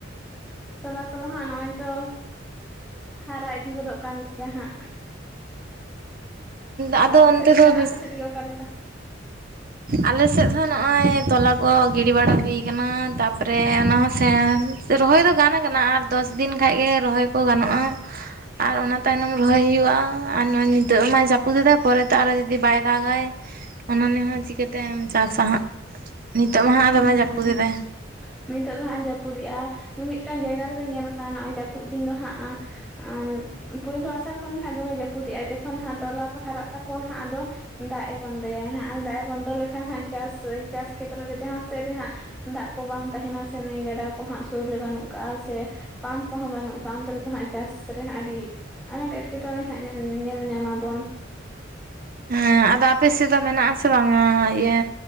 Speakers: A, in the centre; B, on the right.
A: ᱛᱚᱞᱟ ᱠᱚᱫᱚ ᱦᱟᱸᱜ ᱱᱚᱜᱼᱚᱭ ᱛᱚ ᱦᱟᱨᱟ ᱤᱫᱤ ᱜᱚᱫᱚᱜ ᱠᱟᱱ ᱜᱮᱭᱟ ᱦᱟᱸᱜ᱾
B: ᱟᱫᱚ
A: ᱟᱯᱮ
B: ᱚᱱᱛᱮ
A: ᱥᱮᱫ
B: ᱫᱚ
A: ᱜᱮ
B: ᱵᱮᱥ
A: ᱟᱯᱮ ᱥᱮᱫ ᱜᱮ ᱚᱠᱟ ᱞᱮᱠᱟ?
B: ᱟᱞᱮ ᱥᱮᱫ ᱦᱚᱸ ᱱᱚᱜᱼᱚᱭ ᱛᱚᱞᱟ ᱠᱚ ᱜᱤᱰᱤ ᱵᱟᱲᱟ ᱦᱩᱭ ᱠᱟᱱᱟ ᱛᱟᱯᱚᱨᱮ ᱚᱱᱟ ᱦᱚᱸ <unintelligible> ᱥᱮ ᱨᱚᱦᱚᱭ ᱫᱚ ᱜᱟᱱ ᱟᱠᱟᱱᱟ ᱟᱨ ᱫᱚᱥ ᱫᱤᱱ ᱠᱷᱟᱡ ᱜᱮ ᱨᱚᱦᱚᱭ ᱠᱚ ᱜᱟᱱᱚᱜᱼᱟ᱾ ᱟᱨ ᱚᱱᱟ ᱛᱟᱭᱱᱚᱢ ᱨᱚᱦᱚᱭ ᱦᱩᱭᱩᱜᱼᱟ, ᱟᱨ ᱱᱤᱛᱚᱜ ᱢᱟᱭ ᱡᱟᱯᱩᱫ ᱮᱫᱟ ᱯᱚᱨᱮ ᱛᱮ ᱟᱨᱚ ᱡᱩᱫᱤ ᱵᱟᱭ ᱫᱟᱜᱟᱭ ᱚᱱᱟ ᱱᱮ ᱦᱚᱸ ᱪᱤᱠᱟᱹᱛᱮᱢ ᱪᱟᱥᱟ ᱦᱟᱸᱜ, ᱱᱤᱛᱚᱜ ᱢᱟ ᱦᱟᱸᱜ
A: ᱦᱮᱸ
B: ᱫᱚᱢᱮ ᱡᱟᱹᱯᱩᱫ ᱮᱫᱟᱭ᱾
A: ᱱᱤᱛᱚᱜ ᱫᱚ ᱦᱟᱸᱜ-ᱮ ᱡᱟᱹᱯᱩᱫᱮᱜᱼᱟ ᱢᱤᱢᱤᱫᱴᱟᱹᱝ ᱡᱟᱭᱜᱟ ᱨᱮᱫᱚ ᱧᱮᱞ ᱠᱟᱱᱟ ᱱᱚᱜᱼᱚᱭ ᱡᱟᱹᱯᱩᱫ ᱫᱤᱱ ᱫᱚ ᱦᱟᱸᱜ ᱮᱸ ᱯᱩᱭᱞᱩ ᱟᱥᱟᱲ ᱠᱷᱚᱱ ᱜᱮ ᱦᱟᱸᱜ ᱫᱚᱢᱮ ᱡᱟᱹᱯᱩᱫᱮᱜᱼᱟᱭ ᱡᱚᱠᱷᱚᱱ ᱦᱟᱸᱜ ᱛᱚᱞᱟ ᱠᱚ ᱦᱟᱨᱟᱜ ᱛᱟᱠᱚᱣᱟ ᱦᱟᱸᱜ ᱟᱫᱚ ᱫᱟᱜ ᱮ ᱵᱚᱱᱫᱚᱭᱟᱭ ᱦᱟᱸᱜ ᱫᱟᱜ ᱮ ᱵᱚᱱᱫᱚ ᱞᱮᱠᱷᱟᱱ ᱦᱟᱸᱜ ᱪᱟᱥ ᱪᱟᱥ ᱠᱷᱮᱛᱨᱚ ᱨᱮ ᱡᱟᱦᱟᱸ ᱥᱮᱫ ᱨᱮ ᱦᱟᱸᱜ ᱫᱟᱜ ᱠᱚ ᱵᱟᱝ ᱛᱟᱦᱮᱱᱟ ᱥᱮ ᱱᱟᱹᱭ ᱜᱟᱰᱟ ᱠᱚ ᱦᱟᱸᱜ ᱥᱩᱨ ᱨᱮ ᱵᱟᱹᱱᱩᱜ ᱠᱟᱜᱼᱟ ᱥᱮ ᱯᱟᱢᱯ ᱠᱚᱦᱚᱸ ᱵᱟᱹᱱᱩᱜ ᱠᱟᱜ-ᱟ ᱚᱱᱛᱮ ᱨᱮᱫᱚ ᱦᱟᱸᱜ ᱪᱟᱥ ᱨᱮ ᱦᱟᱸᱜ ᱟᱹᱰᱤ ᱟᱱᱟᱴ ᱮᱸᱴᱠᱮᱴᱚᱬᱮ ᱦᱟᱸᱜ ᱧᱮᱞ ᱧᱮᱞ ᱧᱟᱢᱟᱵᱚᱱ᱾
B: ᱦᱮᱸ, ᱟᱫᱚ ᱟᱯᱮ ᱥᱮᱫ ᱫᱚ ᱢᱮᱱᱟᱜ-ᱟ ᱥᱮ ᱵᱟᱝᱟ ᱤᱭᱟᱹ